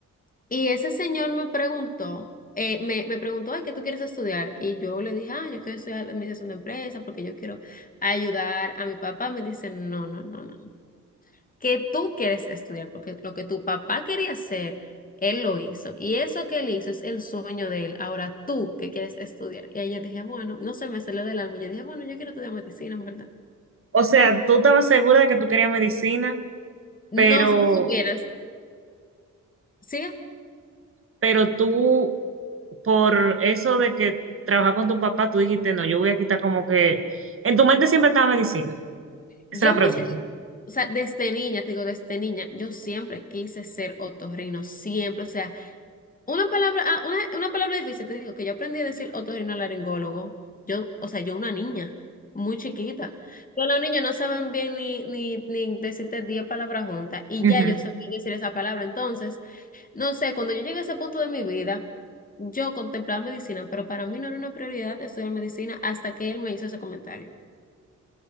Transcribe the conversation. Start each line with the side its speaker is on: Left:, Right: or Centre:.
Left: y ese señor me preguntó, eh, me, me preguntó, ay, ¿qué tú quieres estudiar? Y yo le dije, ah, yo quiero estudiar administración de empresas porque yo quiero ayudar a mi papá. Me dice, no, no, no, no que tú quieres estudiar, porque lo que tu papá quería hacer, él lo hizo. Y eso que él hizo es el sueño de él. Ahora tú que quieres estudiar. Y ahí yo dije, bueno, no se me salió del alma. Yo dije, bueno, yo quiero estudiar medicina, en verdad.
Right: O sea, tú estabas segura de que tú querías medicina,
Left: No,
Right: pero,
Left: si tú supieras, sí,
Right: pero tú, por eso de que trabajar con tu papá, tú dijiste, no, yo voy a quitar como que... En tu mente siempre estaba medicina. Esa
Left: yo
Right: es la pregunta.
Left: mucho, o sea, desde niña, te digo, desde niña, yo siempre quise ser otorrino, siempre, o sea. Una palabra, ah, una, una palabra difícil, te digo, que yo aprendí a decir otorrinolaringólogo. Yo, o sea, yo una niña, muy chiquita. Pero los niños no saben bien ni, ni, ni decirte 10 palabras juntas. Y
Right: Ujú.
Left: ya yo sabía decir esa palabra. Entonces, no sé, cuando yo llegué a ese punto de mi vida, yo contemplaba medicina, pero para mí no era una prioridad estudiar medicina hasta que él me hizo ese comentario.